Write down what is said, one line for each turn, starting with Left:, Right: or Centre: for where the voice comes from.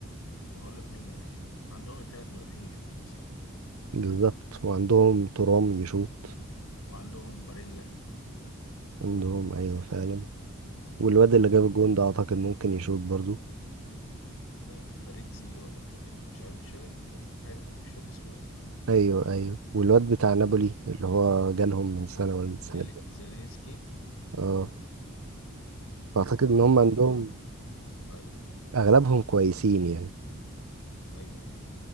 Left: كنت هقول لك مين اللي هيشوط عندهم ثلاث مدافعين يشوطوا أصلا
Right: بالظبط وعندهم ترام يشوط
Left: وعندهم باريلا
Right: عندهم ايوه فعلا والواد اللي جاب الجون ده اعتقد ممكن يشوط برضو
Left: ف- فريد زي ولا فريد مش عارف مش فاكر ف- حاجة كده- مش فاكر اسمه إيه
Right: ايوه ايوه والواد بتاع نابولي اللي هو جالهم من سنه ولا من سنتين
Left: زيل- زيلينسكي
Right: اه
Left: آه
Right: فاعتقد
Left: أعتقد
Right: ان هم عندهم
Left: إن دول أيوه
Right: اغلبهم كويسين يعني
Left: أيوه أيوه